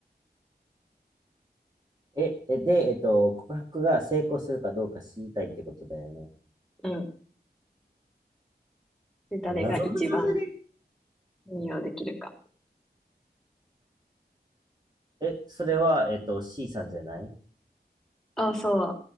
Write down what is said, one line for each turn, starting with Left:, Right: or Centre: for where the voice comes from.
Right: え、え、で、えっと、告白が成功するかどうか知りたいってことだよね。
Centre: うん。で、
Right: これ、
Centre: 誰が一番
Right: 謎々じゃね
Centre: 信用できるか。
Right: え、それは、えっと、C さんじゃない
Centre: あ、そう。